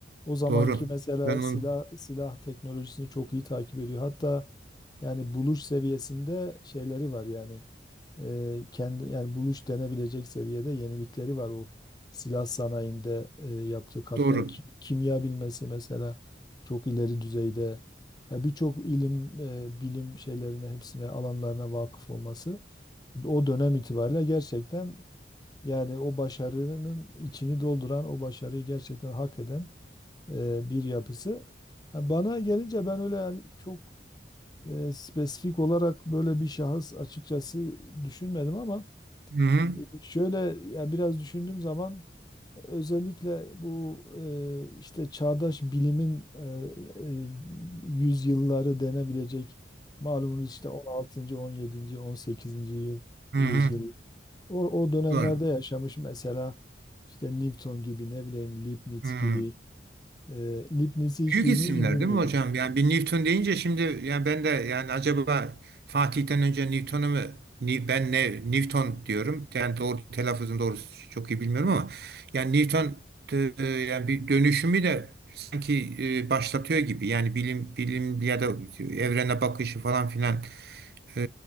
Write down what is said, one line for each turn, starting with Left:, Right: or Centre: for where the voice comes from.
Left: o zamanki
Right: Doğru.
Left: mesela
Right: Ben
Left: silah
Right: onu
Left: silah teknolojisini çok iyi takip ediyor. Hatta yani buluş seviyesinde şeyleri var yani e, kendi yani buluş denebilecek seviyede yenilikleri var o silah sanayinde e, yaptığı katkılar.
Right: doğru.
Left: Ki- Kimya bilmesi mesela çok ileri düzeyde. Ya birçok ilim, e, bilim şeylerine, hepsine, alanlarına vakıf olması o dönem itibariyle gerçekten yani o başarının içini dolduran, o başarıyı gerçekten hak eden e, bir yapısı. Ha, bana gelince ben öyle yani çok e, spesifik olarak böyle bir şahıs açıkçası düşünmedim ama
Right: Hı-hı.
Left: e, şöyle ya biraz düşündüğüm zaman Özellikle bu e, işte çağdaş bilimin e, e, yüzyılları denebilecek malumunuz işte on on altıncı on yedinci on sekizinci yıl
Right: Hı-hı.
Left: yüzyıl. O, o dönemlerde
Right: Doğru.
Left: yaşamış mesela işte Newton gibi ne bileyim Leibniz
Right: Hmm.
Left: gibi. E, Leibniz'i hiç
Right: Büyük
Left: duydunuz
Right: isimler
Left: mu bilmiyorum.
Right: değil mi hocam? Yani bir Newton deyince şimdi yani ben de yani acaba Fatih'ten önce Newton'u mu Ni- ben ne Newton diyorum. Yani doğru telaffuzun doğrusu çok iyi bilmiyorum ama yani Newton e, e, yani bir dönüşümü de sanki e, başlatıyor gibi. Yani bilim bilim ya da evrene bakışı falan filan E,